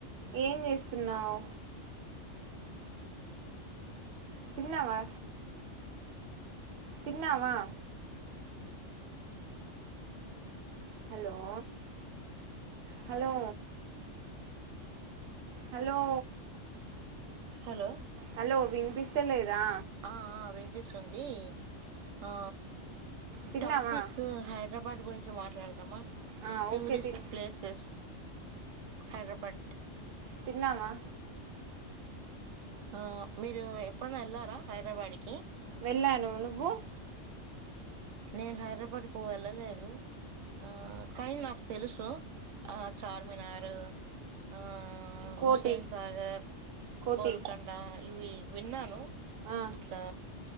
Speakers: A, on the right; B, on the right.
A: ఏం చేస్తున్నావు తిన్నావా తిన్నావా hello hello hello
B: hello
A: hello వినిపిస్తలేదా.
B: ఆ ఆ వినిపిస్తుంది. ఆ
A: తిన్నావా
B: టాపిక్ హైదరాబాద్ గురించి మాట్లాడదామా
A: ఆ,
B: ట్యూరిస్ట్
A: ఓకే తిన్
B: ప్లేసెస్ హైదరాబట్
A: తిన్నవా.
B: ఆ మీరు ఎప్పుడనా ఎళ్లారా హైదరాబాద్కి.
A: వెళ్ళాను. నువ్వు?
B: నేను హైదరాబాద్ కు వెళ్ళలేదు. ఆ కానీ నాకు తెలుసు ఆ చార్మినార్ ఆ
A: కోటి
B: హుస్సేన్ సాగర్,
A: కోటి
B: కోల్కొండా ఇవి విన్నాను
A: ఆ,
B: ఇట్లా